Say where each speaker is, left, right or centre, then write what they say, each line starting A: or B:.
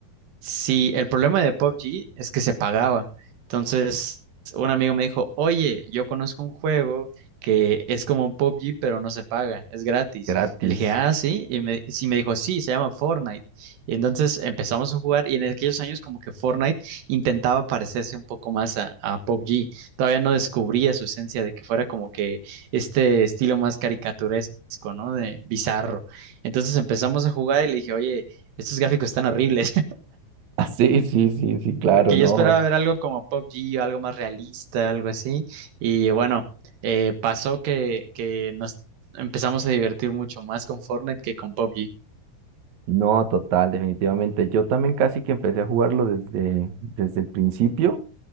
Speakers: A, on the right; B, on the right.
A: Sí, el problema de PUBG es que se pagaba. Entonces, un amigo me dijo, oye, yo conozco un juego que es como PUBG, pero no se paga, es gratis.
B: Gratis.
A: Y le dije, ah,
B: <laughs>
A: sí. Y me, sí, me dijo, sí, se llama Fortnite. Y entonces empezamos a jugar y en aquellos años como que Fortnite intentaba parecerse un poco más a, a PUBG. Todavía no descubría su esencia de que fuera como que este estilo más caricaturesco, ¿no? De bizarro. Entonces empezamos a jugar y le dije, oye, estos gráficos están horribles.
B: Ah, sí, sí, sí, sí, claro,
A: Porque
B: no.
A: yo esperaba ver algo como Pop G o algo más realista, algo así. Y bueno, eh, pasó que, que nos empezamos a divertir mucho más con Fortnite que con Pop G.
B: No, total, definitivamente. Yo también casi que empecé a jugarlo desde, desde el principio.